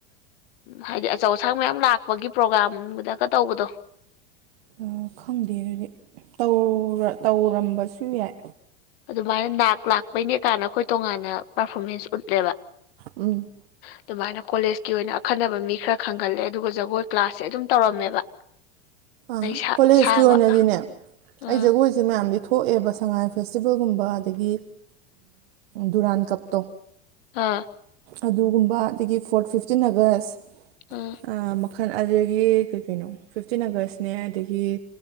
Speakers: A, on the left; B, on the right.
A: ꯍꯥꯏꯗꯤ ꯑꯆꯧ ꯑꯁꯥꯡ ꯃꯌꯥꯝ ꯂꯥꯛꯄꯒꯤ ꯄ꯭ꯔꯣꯒꯥ꯭ꯔꯥꯝꯒꯗꯒ ꯇꯧꯕꯗꯣ
B: ꯑ, ꯈꯪꯗꯦ ꯑꯗꯨꯗꯤ ꯇꯧꯔ ꯇꯧꯔꯝꯕꯁꯨ ꯌꯥꯏ
A: ꯑꯗꯨꯃꯥꯏꯅ ꯅꯥꯛ ꯂꯥꯛꯄꯩꯅꯦ ꯀꯥꯟꯗ ꯑꯩꯈꯣꯏ ꯇꯣꯉꯥꯟꯅ ꯄꯔꯐꯣꯔꯃꯦꯟꯁ ꯎꯠꯂꯦꯕ
B: ꯎꯝ
A: ꯑꯗꯨꯃꯥꯏꯅ ꯀꯣꯂꯦꯖꯀꯤ ꯑꯣꯏꯅ ꯑꯈꯟꯅꯕ ꯃꯤ ꯈꯔ ꯈꯪꯒꯜꯂꯦ ꯑꯗꯨꯒ ꯖꯒꯣꯏ ꯀ꯭ꯂꯥꯁꯁꯦ ꯑꯗꯨꯝ ꯇꯧꯔꯝꯃꯦꯕ <inaudible>
B: ꯑꯥ
A: ꯁꯥ
B: ꯀꯣꯂꯦꯖꯀꯤ
A: ꯁꯥꯕ
B: ꯑꯣꯏꯅꯗꯤꯅꯦ
A: ꯎꯝ
B: ꯑꯩ ꯖꯒꯣꯏꯁ ꯁꯤ ꯃꯌꯥꯝꯗꯤ ꯊꯣꯛꯑꯦꯕ ꯁꯉꯥꯏ ꯐꯦꯁꯇꯤꯕꯦꯜꯒꯨꯝꯕ ꯑꯗꯒꯤ ꯗꯨꯔꯥꯟ ꯀꯞꯇꯣ
A: ꯍꯥꯥ
B: ꯑꯗꯨꯒꯨꯝꯕ ꯑꯗꯒꯤ ꯐꯣꯔꯠ ꯐꯤꯐꯇꯤꯟ ꯑꯥꯒꯁ
A: ꯑꯥ
B: ꯑꯍ ꯃꯈꯜ ꯑꯗꯨꯗꯒꯤ ꯀꯩ ꯀꯩꯅꯣ ꯐꯤꯐꯇꯤꯟ ꯑꯥꯒꯁꯅꯦ ꯑꯗꯒꯤ